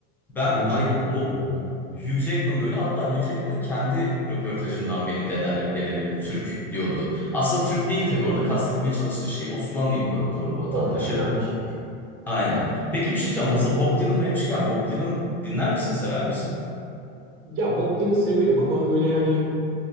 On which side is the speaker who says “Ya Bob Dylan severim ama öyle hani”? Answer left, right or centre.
Right